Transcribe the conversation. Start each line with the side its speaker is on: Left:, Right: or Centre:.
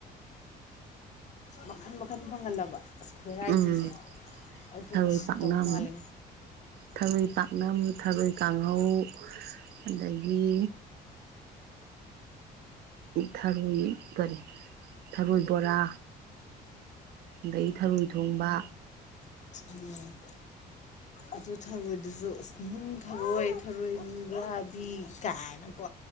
Left: ꯃꯈꯜ ꯃꯈꯜ ꯐꯪꯍꯜꯂꯕ ꯑꯁ ꯚꯦꯔꯥꯏꯇꯤꯖꯦ
Right: ꯎꯝ
Left: ꯑꯗꯣ
Right: ꯊꯔꯣꯏ
Left: ꯁꯤꯠꯇꯧ
Right: ꯄꯥꯛꯅꯝ
Left: ꯃꯥꯜꯂꯤ
Right: ꯊꯔꯣꯏ ꯄꯥꯛꯅꯝ ꯊꯔꯣꯏ ꯀꯥꯡꯍꯧ ꯑꯗꯒꯤ ꯊꯔꯣꯏ ꯀꯔꯤ ꯊꯔꯣꯏ ꯕꯣꯔꯥ ꯑꯗꯒꯤ ꯊꯔꯣꯏ ꯊꯣꯡꯕ
Left: ꯎꯝ ꯑꯗꯨ ꯊꯔꯣꯏꯗꯨꯖꯨ ꯑꯁ ꯅꯨꯡ ꯊꯔꯣꯏ ꯊꯔꯣꯏ ꯅꯨꯡꯒꯥꯕꯤ ꯀꯥꯏꯅ ꯀꯣ